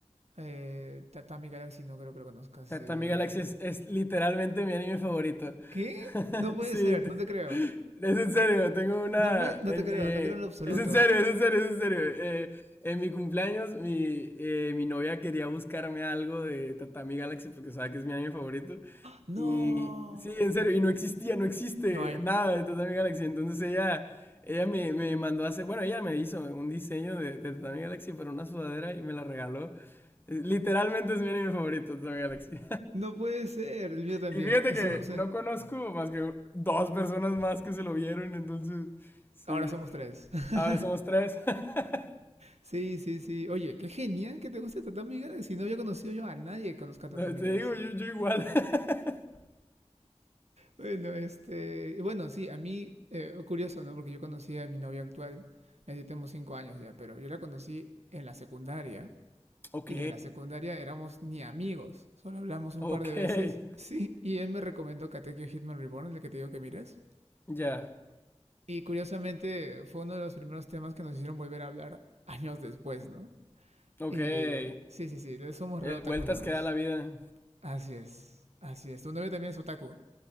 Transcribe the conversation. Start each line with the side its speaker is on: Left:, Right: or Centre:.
Right: eh, Tatami Galaxy no creo que lo conozcas.
Left: Tatami
Right: eh.
Left: Galaxy es, es literalmente mi anime favorito.
Right: ¿Qué?
Left: <laughs>
Right: No puede
Left: Sí.
Right: ser, no te creo.
Left: Es en serio, tengo una.
Right: No puede... No
Left: eh,
Right: te creo,
Left: eh,
Right: no te creo en lo absoluto.
Left: es en serio, es en serio, es en serio. Eh, en mi cumpleaños, mi, eh, mi novia quería buscarme algo de Tatami Galaxy porque sabe que es mi anime favorito.
Right: No.
Left: Y sí, en serio, y no existía, no existe
Right: No hay.
Left: nada de Tatami Galaxy. Entonces ella, ella me, me mandó a hacer, bueno, ella me hizo un diseño de, de Tatami Galaxy para una sudadera y me la regaló. Eh, Literalmente es mi anime favorito, Tatami Galaxy.
Right: No puede ser, el mío también.
Left: Y fíjate
Right: Eso
Left: que
Right: no, sé
Left: no conozco más que dos personas más que se lo vieron, entonces, sí.
Right: Ahora somos tres. <laughs>
Left: A ver, somos tres. <laughs>
Right: Sí, sí, sí. Oye, qué genial que te guste Tatami Galaxy. No había conocido yo a nadie que conozca Tatami
Left: No, Te
Right: Galaxy.
Left: digo, yo, yo igual. <laughs>
Right: Bueno, este. Bueno, sí, a mí, eh, curioso, ¿no? Porque yo conocí a mi novia actual. Ya tenemos cinco años ya, pero yo la conocí en la secundaria.
Left: Ok,
Right: Y en la secundaria éramos ni amigos. Solo hablamos un
Left: ok.
Right: par de veces.
Left: <laughs>
Right: <laughs> Sí, y él me recomendó Katekyo Hitman Reborn, el que te digo que mires.
Left: Ya,
Right: Y curiosamente fue uno de los primeros temas que nos hicieron volver a hablar años después, ¿no?
Left: ok.
Right: Y
Left: Eh,
Right: sí, sí, sí, somos re otakus
Left: vueltas
Right: los dos.
Left: que da la vida.
Right: Así es, así es. Tu novio también es otaku.